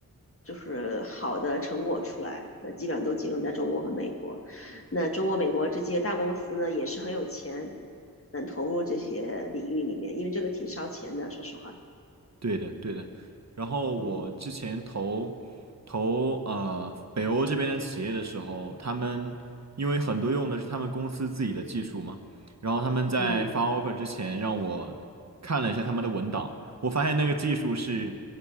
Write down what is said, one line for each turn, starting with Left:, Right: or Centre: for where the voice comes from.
Left: 就是好的成果出来。那基本上都集中在中国和美国。那中国、美国这些大公司呢，也是很有钱，能投入这些领域里面，因为这个挺烧钱的，说实话。
Right: 对的，对的。然后我之前投投呃北欧这边的企业的时候，
Left: 嗯
Right: 他们因为很多用的是他们公司自己的技术嘛，然后他们在发
Left: 嗯。
Right: offer 之前让我看了一下他们的文档，我发现那个技术是